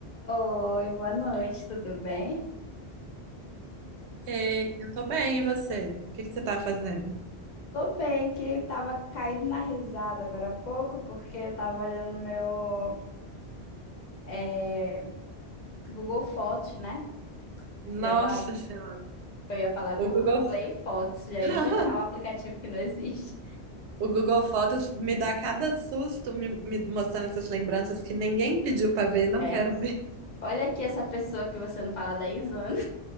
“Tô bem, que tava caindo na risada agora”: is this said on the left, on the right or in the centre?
Left